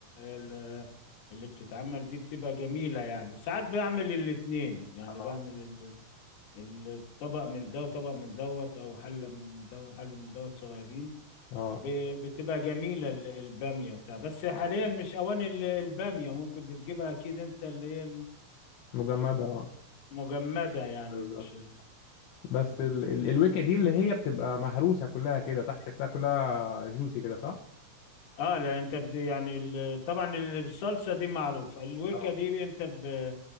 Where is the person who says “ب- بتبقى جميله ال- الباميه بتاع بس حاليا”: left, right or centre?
Left